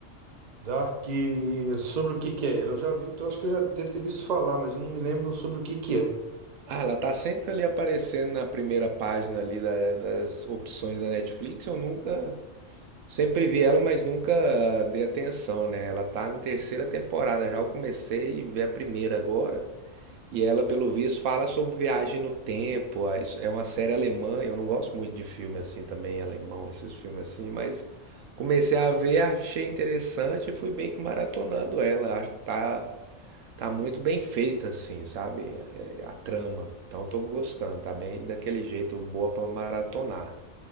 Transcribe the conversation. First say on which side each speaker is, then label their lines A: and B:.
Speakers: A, on the right; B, on the right.
A: Dark, sobre o que que é ela? Eu já vi, eu acho que eu já devo ter visto falar, mas eu não me lembro sobre o que que é.
B: Ah, ela tá sempre ali aparecendo na primeira página ali da- das opções da Netflix. Eu nunca, sempre vi ela, mas nunca dei atenção, né? Ela tá na terceira temporada, já eu comecei a ver a primeira agora. E ela, pelo visto, fala sobre viagem no tempo. Ah, isso- É uma série alemã, eu não gosto muito de filme assim também, alemão, esses filmes assim, mas comecei a ver, achei interessante e fui meio que maratonando ela. Acho que tá Tá muito bem feita, assim, sabe? A, a- a trama. Então eu tô gostando, tá bem daquele jeito, boa pra maratonar.